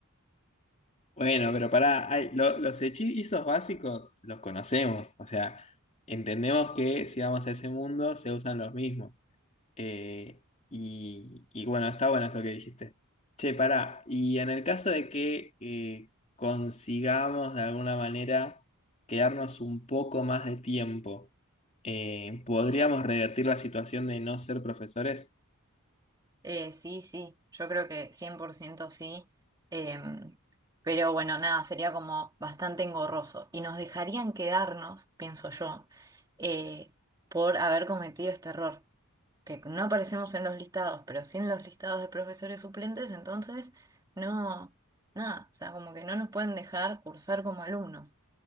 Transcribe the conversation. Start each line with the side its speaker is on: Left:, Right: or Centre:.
Left: Bueno, pero pará, ay, lo- los hechizos básicos los conocemos, o sea, entendemos que si vamos a ese mundo se usan los mismos. Eh, y, y bueno, está bueno eso que dijiste. Che, pará, y en el caso de que eh, consigamos de alguna manera quedarnos un poco más de tiempo, eh, ¿podríamos revertir la situación de no ser profesores?
Right: Eh, sí, sí, yo creo que 100% sí. Em, pero bueno, nada, sería como bastante engorroso. Y nos dejarían quedarnos, pienso yo, eh, por haber cometido este error. que no aparecemos en los listados, pero sí en los listados de profesores suplentes, entonces no, nada, o sea, como que no nos pueden dejar cursar como alumnos.